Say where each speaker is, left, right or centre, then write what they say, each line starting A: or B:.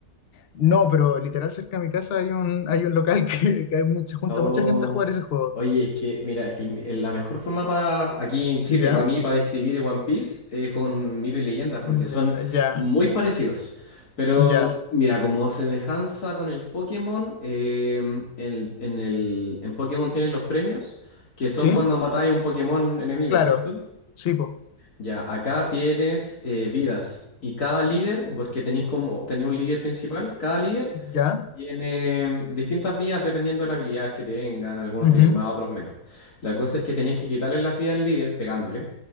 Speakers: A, on the left; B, on the left.
A: No, pero literal cerca de mi casa hay un, hay un local <laughs> que, que hay mucha, se junta
B: Oh,
A: mucha gente a jugar ese juego.
B: oye, es que, mira, es que el- el- la mejor forma para aquí en Chile,
A: ¿Ya?
B: para mí, para describir One Piece es con mito y leyendas, porque
A: Adriana,
B: son
A: Ya,
B: muy parecidos. Pero,
A: ya.
B: mira, como semejanza con el Pokémon, eh, en, en el, en Pokémon tienen los premios, que son
A: ¿Sí?
B: cuando matáis un Pokémon enemigo,
A: Claro.
B: ¿cierto?
A: Sí, po.
B: Ya, acá tienes eh, vidas. Y cada líder, porque tenéis como, tenéis un líder principal, cada líder.
A: ¿Ya?
B: Tiene mm, distintas vías dependiendo de las habilidades que tengan, algunos
A: ujú,
B: tienen más, otros menos. La cosa es que tenéis que quitarle las vidas al líder pegándole.